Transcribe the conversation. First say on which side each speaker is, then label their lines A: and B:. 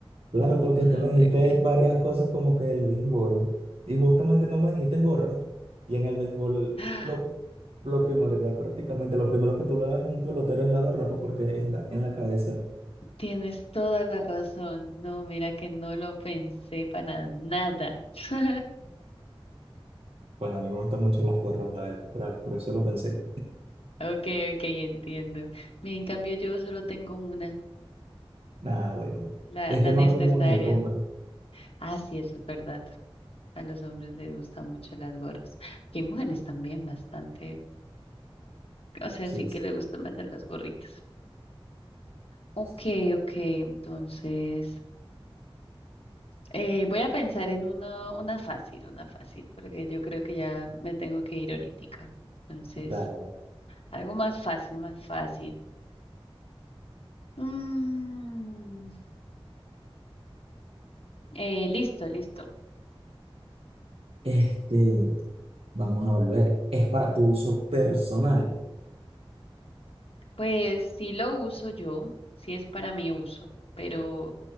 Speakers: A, on the right (about 75°); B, on the left (about 70°).
A: Claro,
B: un
A: porque es que me dijiste
B: no sé qué.
A: varias cosas como que el béisbol. Y justamente no me dijiste gorra. Y en el béisbol
B: <gasps> ¡Ah!
A: lo, lo primordial prácticamente, lo primero que tú le das a un pelotero es la gorra, pues porque está en la cabeza.
B: Tienes toda la razón. No, mira que no lo pensé para nada. <laughs>
A: Bueno, a mí me gustan mucho las gorras, la verdad. Por eso lo pensé.
B: Ok, ok, entiendo. Mira, en cambio yo solo tengo una,
A: Nada, bueno.
B: la,
A: Es
B: la
A: que es
B: necesaria.
A: más común en el hombre.
B: Ah, sí, eso es verdad. A los hombres les gustan mucho las gorras. Que hay mujeres también bastante, o sea,
A: Sí,
B: sí que
A: sí.
B: les gustan más de las gorritas. Ok,
A: sí.
B: ok, entonces eh, voy a pensar en uno, una fácil, una fácil, porque yo creo que ya me tengo que ir ahorita. Entonces,
A: Dale. Dale.
B: algo más fácil, más fácil. Mm, eh, listo, listo.
A: Este, vamos a volver. Es para tu uso personal.
B: Pues sí lo uso yo, sí es para mi uso, pero